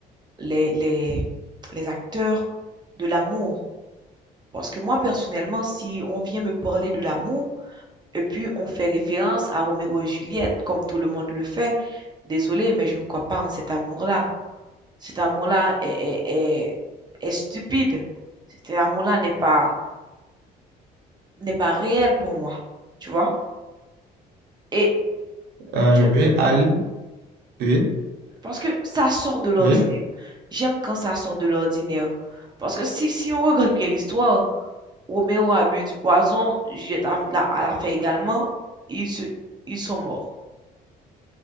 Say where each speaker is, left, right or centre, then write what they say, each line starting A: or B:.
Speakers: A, on the right; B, on the right.
A: les, les, les acteurs de l'amour. Parce que moi, personnellement, si on vient me parler de l'amour, et puis on fait référence à Roméo et Juliette, comme tout le monde le fait, désolé, mais je ne crois pas en cet amour-là. Cet amour-là est, est, est, est stupide. Cet amour-là n'est pas, n'est pas réel pour moi. Tu vois? Et
B: Euh,
A: je,
B: oui, Ali, oui,
A: parce que ça sort de l'ordinaire.
B: oui.
A: J'aime quand ça sort de l'ordinaire. Parce que si, si on regarde bien l'histoire, Roméo a bu du poison, Juliette a, l'a, l'a fait également, ils, se, ils sont morts.